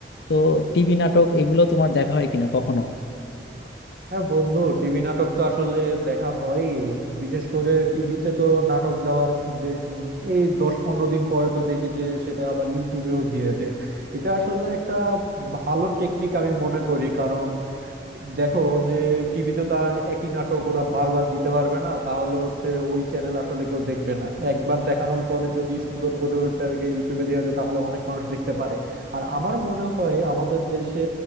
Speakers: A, on the left; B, on the right.
A: তো টিভি নাটক এগুলো তোমার দেখা হয় কিনা কখনো
B: হ্যাঁ বন্ধু টিভি নাটক তো আসলে দেখা হয় বিশেষ করে টিভিতে তো নাটক দেওয়ার বেশ উম এই দশ পনেরো দিন পরে তো দেখি যে সেটা আবার ইউটিউবেও দিয়ে দেয় এটা আসলে একটা ভালো টেকনিক আমি মনে করি কারণ দেখো যে টিভিতে তো আর একই নাটক ওরা বারবার দিতে পারবে না তাহলে হচ্ছে ওই চ্যানেল আসলে কেউ দেখবে না একবার দেখানোর পরে যদি সুন্দর করে ওইটাকে ইউটিউবে দেওয়া যায় তাহলে অনেক মানুষ দেখতে পারে আর আমার মনে হয় আমাদের দেশে